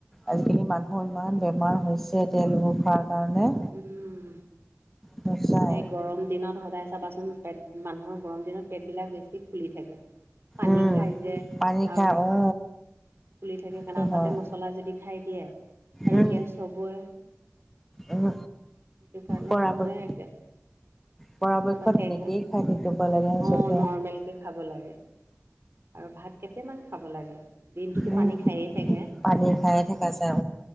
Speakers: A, in the centre; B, on the right.
A: আজিকালি মানুহৰ ইমান বেমাৰ হৈছে তেলবোৰ খোৱাৰ কাৰণে।
B: উম।
A: সঁচাই
B: এই গৰম দিনত সদায় চাবাচোন পেট মানুহৰ গৰম দিনত পেটবিলাক বেছি ফুলি থাকে। পানী
A: উম
B: খায় যে
A: পানী
B: আৰু
A: খাই
B: ফুলি
A: অ
B: থাকে কাৰণে
A: সেইটো
B: আৰু
A: হয়
B: তাতে মছ মচলা যদি খায় দিয়ে আৰু
A: উম
B: গেছ হবই,
A: উম
B: সেইটো কাৰণে
A: পৰাপক্ষ
B: মানুহে একে
A: পৰাপক্ষত
B: এনেকুৱা টেঙা,
A: এনেকেই খাই থাকিব লাগে আচলতে
B: অঁ নৰ্মেলকে খাব লাগে। আৰু ভাত কেইটামান খাব লাগে। দিনটোতো
A: উম
B: পানী খায়ে থাকে,
A: পানী খায়ে থকা যায়